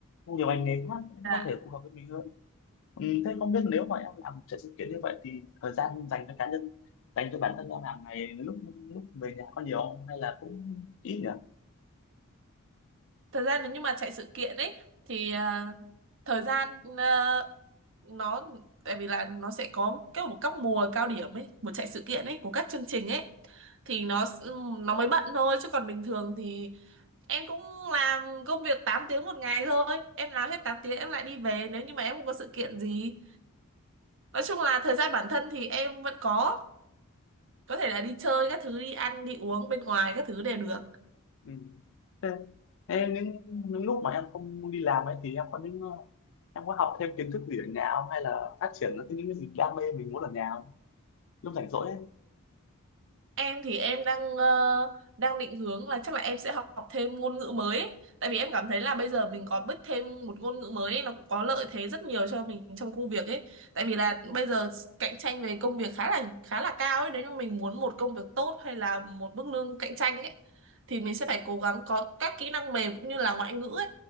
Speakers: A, on the left; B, on the right.
A: nhiều ngành nghề khác
B: dạ.
A: có thể phù hợp với mình hơn Ừ, thế không biết nếu mà em làm chạy sự kiện như vậy thì thời gian dành cho cá nhân dành cho bản thân em hàng ngày lúc lúc về nhà có nhiều không? hay là cũng ít nhỉ
B: Thời gian nếu như mà chạy sự kiện ấy thì ờ, thời gian ờ, nó tại vì là nó sẽ có cái một các mùa cao điểm ấy, mùa chạy sự kiện ấy của các chương trình ấy thì nó s- ừ, nó mới bận thôi chứ còn bình thường thì em cũng làm công việc 8 tiếng một ngày thôi em làm hết 8 tiếng em lại đi về nếu như mà em không có sự kiện gì nói chung là thời gian bản thân thì em vẫn có có thể là đi chơi các thứ đi ăn đi uống bên ngoài các thứ đều được
A: ừ. thế, thế những những lúc mà em không đi làm ấy thì em có những ờ, em có học thêm kiến thức gì ở nhà không hay là phát triển những cái những cái gì đam mê mình muốn ở nhà không lúc rảnh rỗi ấy
B: Em thì em đang ờ, đang định hướng là chắc là em sẽ học, học thêm ngôn ngữ mới ấy. Tại vì em cảm thấy là bây giờ mình có biết thêm một ngôn ngữ mới ấy, nó cũng có lợi thế rất nhiều cho mình trong công việc ấy. Tại vì là bây giờ cạnh tranh về công việc khá là khá là cao ấy, nếu như mình muốn một công việc tốt hay là một mức lương cạnh tranh ấy thì mình sẽ phải cố gắng có các kỹ năng mềm cũng như là ngoại ngữ ấy